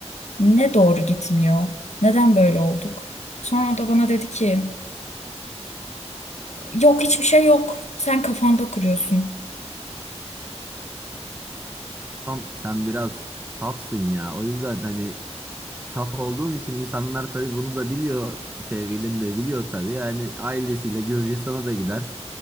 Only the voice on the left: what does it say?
Ne doğru gitmiyor? Neden böyle olduk? Sonra o da bana dedi ki Yok hiçbir şey yok. Sen kafanda kuruyorsun.